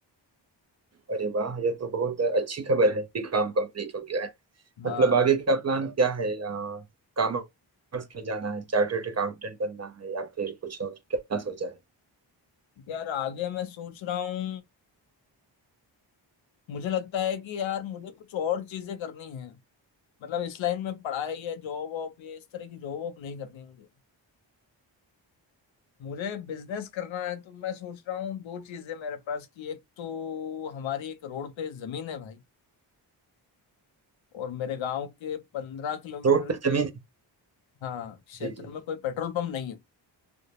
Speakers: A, on the right (about 35°); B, on the left (about 75°).
A: अरे वाह यह तो बहुत अच्छी खबर है बीकॉम कंप्लीट हो गया है
B: हाँ
A: मतलब आगे का प्लान क्या है कॉमर्स में जाना है चार्टर्ड अकाउंटेंट बनना है या फिर कुछ और क्या सोचा है
B: यार आगे मैं सोच रहा हूँ मुझे लगता है कि यार मुझे कुछ और चीजें करनी है मतलब इस लाइन में पढ़ाई है जॉब वॉब ये इस तरह की जॉब वॉब नहीं करनी मुझे मुझे बिजनेस करना है तो मैं सोच रहा हूँ दो चीजें मेरे पास कि एक तो हमारी एक रोड पे जमीन है भाई और मेरे गांव के पंद्रह
A: <laughs>
B: किलोमीटर
A: रोड पे
B: के
A: जमीन
B: हाँ क्षेत्र
A: जी जी
B: में कोई पेट्रोल पंप नहीं है